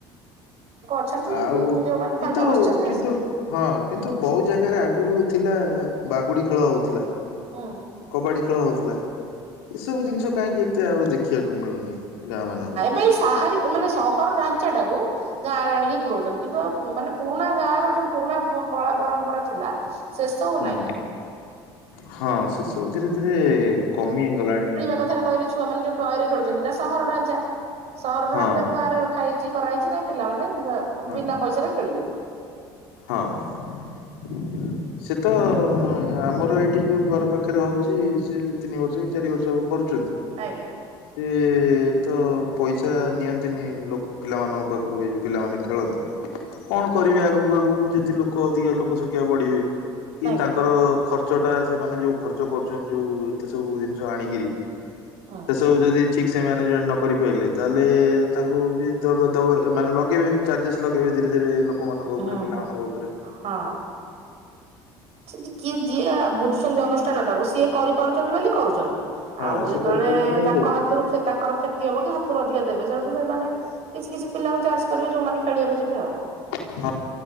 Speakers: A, on the right; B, on the left.
A: ଅଛନ୍ତି
B: ଆଉ
A: ଯୋଉମାନେ ଫାଙ୍କା
B: କିନ୍ତୁ
A: ବସିଛନ୍ତି
B: କିନ୍ତୁ
A: ଆସିକି
B: ହଁ କିନ୍ତୁ ବହୁ ଜାଗାରେ ଆଗରୁ ଥିଲା ବାଗୁଡି ଖେଳ ହଉଥିଲା।
A: ହଁ।
B: କବାଡି ଖେଳ ହଉଥିଲା। ଏସବୁ ଜିନିଷ କାହିଁକି ଏତେ ଆଉ ଦେଖିବାକୁ ମିଳୁନି ଗାଁ ମାନଙ୍କରେ।
A: ନାଇଁ ସାହାରୀ ମାନେ ସହର ଢାଞ୍ଚା ଟାକୁ ଗାଁରେ ଆଣିକି ପୁରଉଛନ୍ତି। କିନ୍ତୁ ଆ ମାନେ ପୁରୁଣା ଗାଁ ର ଯୋଉ ପୁରୁଣା କଳା ପରମ୍ପରା ଥିଲା ଶେଷ ସବୁ
B: ହୁଁ
A: ନାଇଁ।
B: ହଁ ସେ ସବୁ ଧୀରେ ଧୀରେ କମି ହେଇଗଲାଣି।
A: କଥା କହିଲେ ଛୁ ମାନେ ଯଉ ଟଏରେ ଖେଳଛନ୍ତିଇା ସହର ଢାଞ୍ଚା, ସହରରୁ
B: ହଁ
A: ଆଣି ତାକୁ ବାହାରେ ରଖା ହେଇଛିା କରା ହେଇଛି ନାଇ। ପିଲାମାନେ ବେ
B: ହଁ
A: ବିନା ପଇସା ଖେଳିବେ।
B: ହଁ। ସେ ତ ଆମର ଏଇଠି ଯେଉଁ ଘର ପାଖରେ ହଉଛି ସେ ଦୁଇ ତିନି ବର୍ଷ କି ଚାରି ବର୍ଷ କରୁଛନ୍ତି।
A: ଆଜ୍ଞା।
B: ସିଏ ସେ ତ ପଇସା ନିଅନ୍ତିନି ଲ ପିଲାମାନଙ୍କ ପାଖରୁ ଏ ଯଉ ପିଲାମାନେ ଖେଳନ୍ତି। କଣ କରିବେ ଆଗକୁ ଆଗକୁ ଯଦି ଲୋକ ଅଧିକା ଲୋକ ସଂଖ୍ୟା ବଢିବେ କି
A: ଆଜ୍ଞା
B: ତାଙ୍କର ଖ ର୍ଚ୍ଚ ଟା ସେମାନେେ ଯୋଉ ଖର୍ଚ୍ଚ କରୁଛନ୍ତି ଯୋଉ ଏତେ ସବୁ ଜିନିଷ ଆଣିକିରି
A: ହଁ।
B: ସେସବୁ ଯଦି ଠିକ୍ ସେ ମ୍ୟାନେଜମେଣ୍ଟ ନ କରିପାରିଲେ ତାହେଲେ ତାଙ୍କୁ ବି ଦେବା ମାନେ ଲଗାଇବେ। ଚାର୍ଜେସ୍ ଲଗେଇବେ ଧୀରେ ଧୀରେ ଲୋକମାନଙ୍କ ଉପରେ।
A: ଓ ହଁ
B: ପିଲାମାନଙ୍କ
A: ହଁ।
B: ଉପରେ
A: <unintelligible> ବୁଝୁଛନ୍ତି ଅନୁଷ୍ଠାନ ଟାକୁ ସିଏ କରିପାରୁଛନ୍ତି ବୋଲି କରୁଛନ୍ତି।
B: ହଁ
A: ଆଉ
B: ସେ
A: ଯେତେବେଳେ
B: କରିପାରୁଛନ୍ତି ବୋଲି
A: ତାଙ୍କ ହାତରୁ କ୍ଷ ତାଙ୍କ କ୍ଷତି ହବ କି ହାତରୁ ଅଧିକା ଦେବେ, ସେଇଠୁ ସେମାନେ କିଛି କିଛି ପିଲାଙ୍କୁ ଚାର କରିବେ ଯୋଉମାନେ ଖେଳିବାକୁ ଯିବେ ଆଉ।
B: କରୁଛନ୍ତି